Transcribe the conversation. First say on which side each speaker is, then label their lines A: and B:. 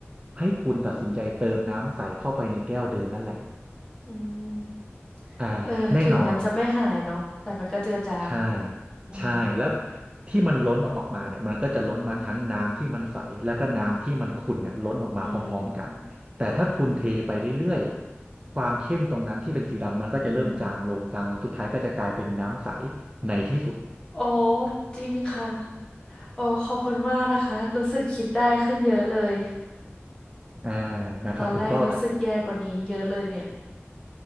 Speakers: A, on the right (about 25°); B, on the left (about 20°).
A: ให้คุณตัดสินใจเติมน้ำใสเข้าไปในแก้วเดิมนั่นแหละ
B: อืม
A: อ่าแน่นอน
B: เออถึงมันจะไม่หายเนาะแต่มันก็เจือจาง
A: ใช่
B: อืม
A: ใช่ แล้วที่มันล้นออกมาเนี่ยมันก็จะล้นมาทั้งน้ำที่มันใส แล้วก็น้ำที่มันขุ่นเนี่ยล้นออกมาพร้อมๆกันแต่ถ้าคุณเทไปเรื่อยๆความเข้มตรงนั้นที่เป็นสีดำมันก็จะเริ่มจางลงจางลงสุดท้ายก็จะกลายเป็นน้ำใส
B: อืมอืมอืม
A: ในที่สุด
B: โอ้จริงค่ะโอ้ขอบคุณมากนะคะรู้สึกคิดได้ขึ้นเยอะเลย
A: อ่านะครับผมก็
B: ตอนแรกรู้สึกแย่กว่านี้เยอะเลยเนี่ย